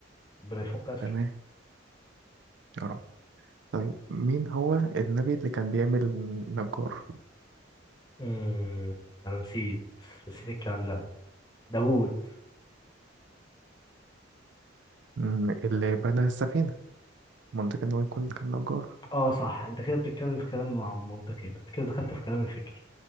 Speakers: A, on the left (about 20°); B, on the right (about 60°).
A: ربنا يفك أسره
B: تمام يا رب طيب مين هو النبي اللي كان بيعمل نجار
A: امم أنا نسيت نسيت الكلام ده داوود
B: مم، اللي بنى السفينة منطقة إن هو يكون كان نجار
A: اه صح انت كده بتتكلم في كلام مع- منطقي بت- كده دخلت في كلام الفكر